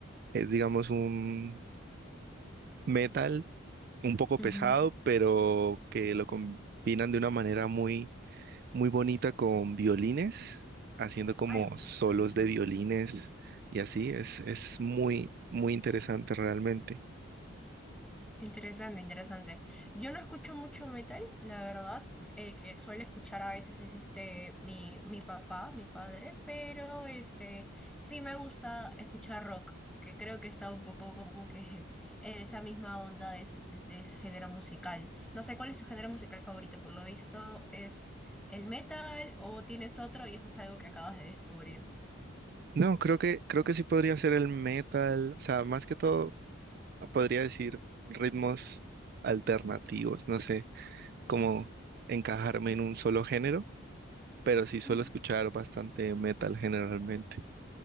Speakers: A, on the right; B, in the centre.
A: es, digamos, un metal un poco
B: Ujú.
A: pesado, pero que lo combinan de una manera muy muy bonita con violines, haciendo como
B: Ah, interesante.
A: solos de violines y así. Es, es muy, muy interesante realmente.
B: Interesante, interesante. Yo no escucho mucho metal, la verdad. El que suele escuchar a veces es este mi, mi papá, mi padre, pero este sí me gusta escuchar rock, porque creo que está un poco como que <laughs> en esa misma onda de ese, de ese género musical. No sé cuál es tu género musical favorito, por lo visto es el metal o tienes otro y eso es algo que acabas de descubrir.
A: No, creo que, creo que sí podría ser el metal. O sea, más que todo, podría decir ritmos alternativos. No sé cómo encajarme en un solo género, pero sí suelo
B: Ujú.
A: escuchar bastante metal generalmente.